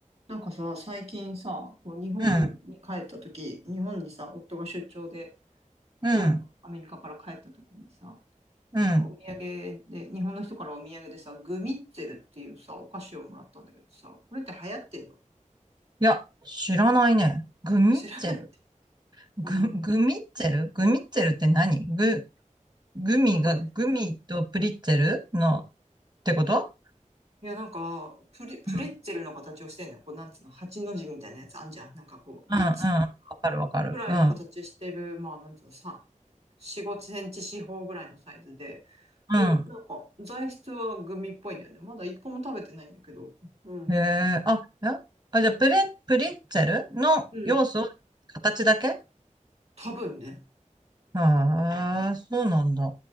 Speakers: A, on the right (about 50°); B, on the right (about 30°).
A: なんかさ、最近さ、こう日本に帰った時、
B: うん、
A: 日本にさ、夫が出張で、
B: うん、
A: あの、アメリカから帰った時にさ、
B: うん。
A: なんかお土産で、日本の人からお土産でさ、グミッツェルっていうさ、お菓子をもらったんだけどさ、これって流行ってんの
B: いや、知らないね。グミッツェル。
A: あ、知らないって。
B: グ、
A: うん。
B: グミッツェルグミッツェルって何グ、グミが、
A: なんかね、
B: グミとプリッツェルのってこと
A: いやなんか、プレ、プレッツェルの形をしてんのよ。
B: うん、うん、
A: こう、なんつうの、八の字みたいなやつあんじゃん。なんかこう、
B: うん。
A: なんつ
B: わかるわかる。
A: ぐらいの形してる、
B: うん、
A: まあ、なんつうの、さん、4、5センチ四方ぐらいのサイズで、
B: う
A: で、なんか、材質はグミっぽいんだよね。まだ一個も食べてないんだけど、うん。
B: ん。へえ、あ、えあ、じゃあ、プレ、プリッツェルの要素、
A: うん。
B: 形だけ
A: 多分ね。
B: ああそうなんだ。